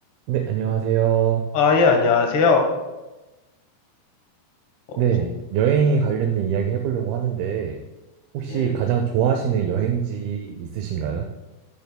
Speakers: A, on the right (about 85°); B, on the left (about 75°).
A: 네, 안녕하세요.
B: 아, 예, 안녕하세요. 어,
A: 네,
B: 혹,
A: 여행에 관련된 이야기 해보려고 하는데, 혹시
B: 예.
A: 가장 좋아하시는 여행지 있으신가요?